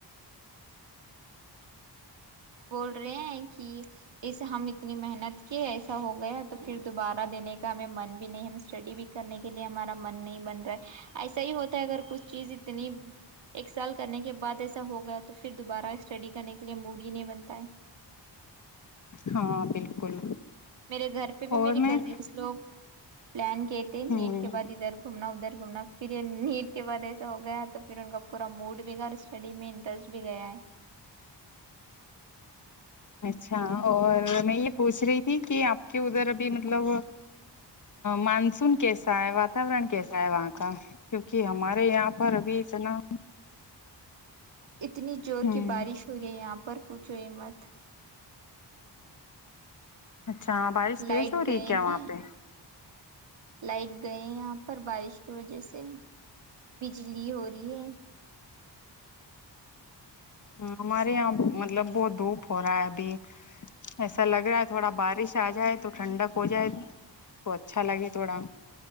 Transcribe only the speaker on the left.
ہاں بالکل
اور
میں
ہ
اچھا اور میں یہ پوچھ رہی تھی کہ آپ کے ادھر ابھی مطلب مانسون کیسا ہے واتورن کیسا ہے وہاں کا کیوںکہ ہمارے یہاں پر ابھی اتنا
ہوں
اچھا ہاں بارش
تیز ہو
رہی ہے کیا وہاں
پہ
ہ ہمارے یہ مطلب بہت دھوپ ہو رہا ہے ابھی ایسا لگ رہا ہے تھوڑا بارش آ جائے تو ٹھنڈک ہو جائے تو اچھا لگے تھوڑا